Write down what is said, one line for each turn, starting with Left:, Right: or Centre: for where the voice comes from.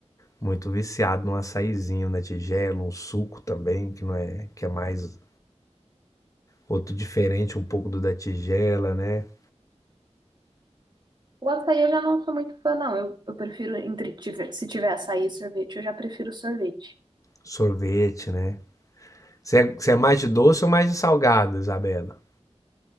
Left: muito viciado num açaizinho na tigela, um suco também, que não é, que é mais outro diferente um pouco do da tigela, né?
Right: O açaí eu já não sou muito fã, não. Eu, eu prefiro, entre, tiver- se tiver açaí e sorvete, eu já prefiro sorvete.
Left: Sorvete, né? Você é, você é mais de doce ou mais de salgado, Isabela?